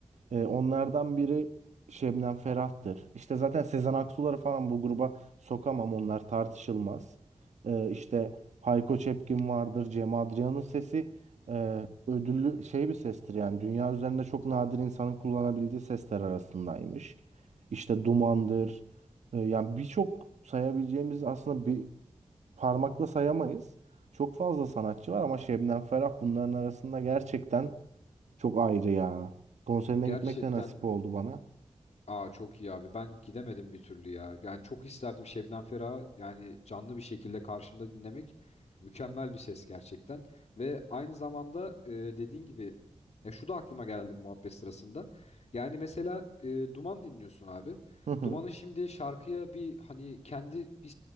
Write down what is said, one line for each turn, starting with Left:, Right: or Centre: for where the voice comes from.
Right: E, onlardan biri Şebnem Ferah'tır. İşte zaten Sezen Aksu'ları falan bu gruba sokamam onlar tartışılmaz. E, işte Hayko Cepkin vardır, Cem Adrian'ın sesi e, ödüllü şey bir sestir yani dünya üzerinde çok nadir insanın kullanabildiği sesler arasındaymış. İşte Duman'dır. E, yani birçok sayabileceğimiz aslında bir parmakla sayamayız. Çok fazla sanatçı var ama Şebnem Ferah bunların arasında gerçekten çok ayrı ya. Konserine
Left: Gerçekten
Right: gitmek de nasip oldu bana.
Left: Aa çok iyi abi. Ben gidemedim bir türlü ya. Yani çok isterdim Şebnem Ferah'ı yani canlı bir şekilde karşımda dinlemek. Mükemmel bir ses gerçekten. Ve aynı zamanda e, dediğin gibi ya şu da aklıma geldi bu muhabbet sırasında. Yani mesela e, Duman dinliyorsun abi.
Right: Hı hı.
Left: Duman'ın şimdi şarkıya bir hani kendi bir